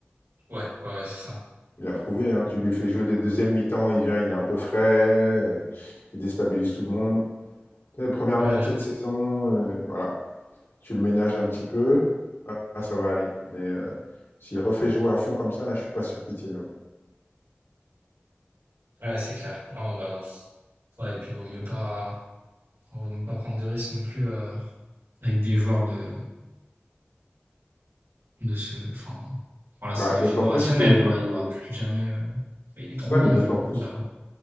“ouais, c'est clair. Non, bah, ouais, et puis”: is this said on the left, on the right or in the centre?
Right